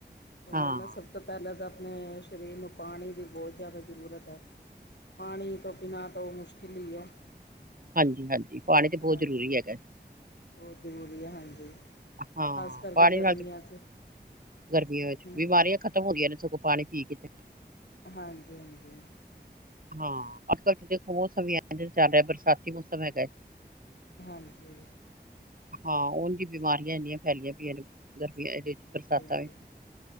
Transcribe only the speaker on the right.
ਹਾਂ
ਹਾਂਜੀ-ਹਾਂਜੀ, ਪਾਣੀ ਤੇ ਬਹੁਤ
ਜ਼ਰੂਰੀ ਐਗਾ।
ਹਾਂ,
ਪਾਣੀ
ਨਾਲ
ਗਰਮੀਆਂ ਵਿੱਚ
ਬਿਮਾਰੀਆਂ
ਖ਼ਤਮ ਹੁੰਦੀਆਂ ਨੇ। ਸਗੋਂ ਪਾਣੀ ਕੀ ਕੀਤਾ।
ਹਾਂ, ਅੱਜ-ਕੱਲ੍ਹ ਦੇਖੋ ਮੌਸਮ ਵੀ ਐਂਜ ਚੱਲ ਰਿਹਾ ਬਰਸਾਤੀ ਮੌਸਮ ਹੈਗਾ।
ਹਾਂ, ਉਂਝ ਈ ਬਿਮਾਰੀਆਂ ਇੰਨੀਆਂ ਫੈਲੀਆਂ ਪਈਆਂ ਨੇ ਗਰਮੀਆਂ ਵਿੱਚ
ਬਰਸਾਤਾਂ ਵਿੱਚ